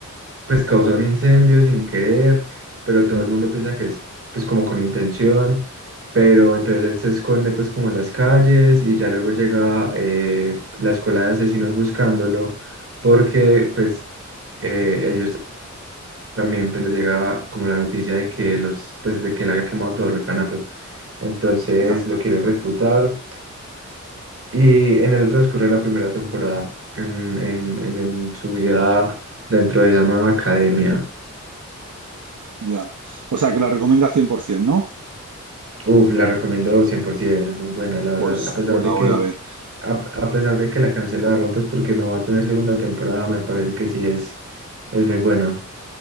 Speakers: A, on the right (about 50°); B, on the right (about 70°).
A: pues causó un incendio sin querer, pero todo el mundo piensa que es pues como con intención, pero entonces él se esconde pues como en las calles y ya luego llega eh, la escuela de asesinos buscándolo porque pues eh, ellos también pues les llega como la noticia de que los, pues de que él había quemado todo el orfanato. Entonces
B: ya,
A: lo quieren reclutar. Y en el transcurrir de la primera temporada, en, en, en, en su vida dentro de esa nueva academia,
B: ya. O sea, que la recomienda 100%, ¿no?
A: uf, la recomiendo 100%, es muy buena, la verdad.
B: Pues,
A: A pesar
B: pues
A: de
B: la voy
A: que,
B: a ver.
A: a, a pesar de que la cancelaron, pues porque no va a tener segunda temporada, me parece que sí es, es muy buena.